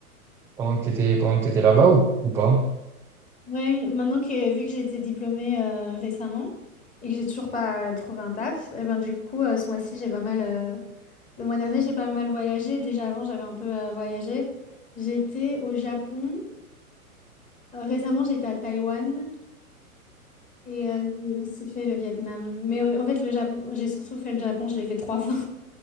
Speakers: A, in the centre; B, on the left.
A: pendant que t'étais, pendant que t'étais là-bas ou, ou pas?
B: Ouais, maintenant que vu que j'ai été diplômée euh, récemment et que j'ai toujours pas trouvé un taf, et ben du coup, euh, ce mois-ci, j'ai pas mal. euh, Le mois dernier, j'ai pas mal voyagé. Déjà avant, j'avais un peu euh, voyagé. J'étais au Japon. Euh, récemment, j'étais à Taïwan et euh, j'ai aussi fait le Vietnam. Mais euh, en fait, le Japon, j'ai surtout fait le Japon. Je l'ai fait trois <laughs> fois.